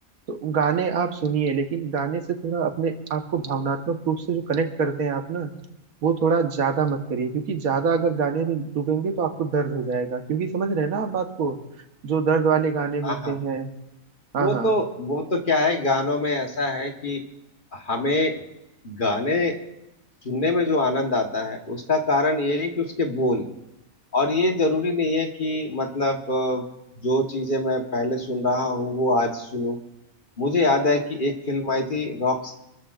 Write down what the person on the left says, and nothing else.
हाँ हाँ
वो
तो वो तो क्या है गानों में ऐसा है कि हमें गाने सुनने में जो आनंद आता है उसका कारण ये है कि उसके बोल और ये जरूरी नहीं है कि मतलब अ, जो चीजें मैं पहले सुन रहा हूँ वो आज सुनूं मुझे याद है कि एक फिल्म आई थी रॉक